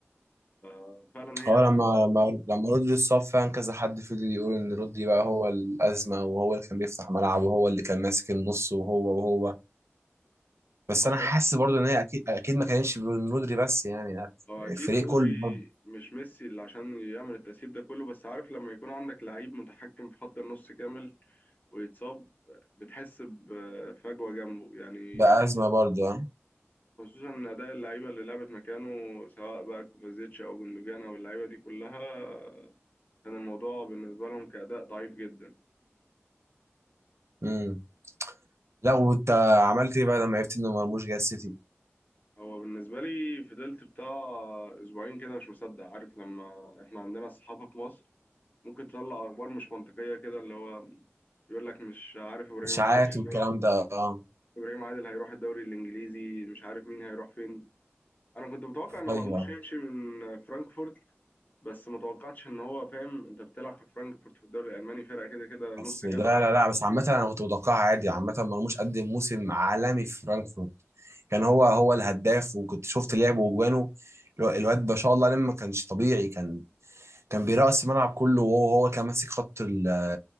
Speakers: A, on the left; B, on the right.
A: آه، فعلا هي
B: اه لما لما لما رودري اتصاب فعلا كذا حد فضل يقول ان رودري بقى هو الازمه وهو اللي كان بيفتح ملعب وهو اللي كان ماسك النص وهو وهو بس
A: أو
B: انا
A: بصراحه
B: حاسس برضه ان هي اكيد اكيد ما كانتش من رودري بس يعني يعني
A: هو اكيد
B: الفريق
A: رودري
B: كله برضه
A: مش ميسي اللي عشان يعمل التأثير ده كله بس عارف لما يكون عندك لعيب متحكم في خط النص كامل ويتصاب بتحس بفجوه جنبه يعني
B: بقى ازمه برضه اه
A: خصوصا ان اداء اللعيبه اللي لعبت مكانه سواء بقى كوفازيتش او جندوجان او اللعيبه دي كلها كان الموضوع بالنسبه لهم كأداء ضعيف جدا
B: امم لا وانت عملت ايه بقى لما عرفت ان مرموش جاي السيتي
A: هو بالنسبة لي فضلت بتاع أسبوعين كده مش مصدق عارف لما إحنا عندنا الصحافة في مصر ممكن تطلع أخبار مش منطقية كده اللي هو يقول لك مش عارف إبراهيم
B: اشاعات
A: عادل هيروح
B: والكلام ده اه
A: إبراهيم عادل هيروح الدوري الإنجليزي مش عارف مين هيروح فين أنا كنت متوقع إن مرموش
B: ايوه
A: يمشي من فرانكفورت بس متوقعتش إن هو فاهم أنت بتلعب في فرانكفورت في الدوري الألماني فرقة كده كده نص
B: بس لا
A: جدول
B: لا لا بس عامة انا كنت متوقعها عادي عامة مرموش قدم موسم عالمي في فرانكفورت كان هو هو الهداف وكنت شفت لعبه وجوانه الو- الواد ما شاء الله لما ما كانش طبيعي كان كان بيرقص الملعب كله وهو هو كان ماسك خط ال